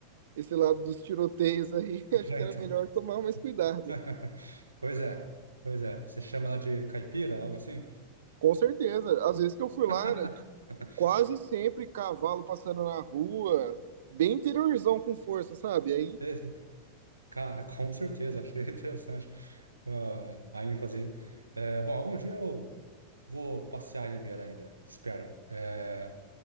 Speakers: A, on the right; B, on the right.
A: esse lado dos tiroteios aí, <laughs>
B: <laughs>
A: acho que
B: É, Então.
A: era melhor tomar mais cuidado.
B: <laughs> Pois é, pois é. Você chama ela de caipira, algo assim?
A: Com certeza. Às vezes que eu fui lá,
B: <laughs>
A: era quase sempre cavalo passando na rua, bem interiorzão com força, sabe? Aí,
B: Esse- Cara, com certeza, achei <laughs> interessante ah, a ênfase. É, bom, algum dia eu vou passear em Limeira ainda, espero. É,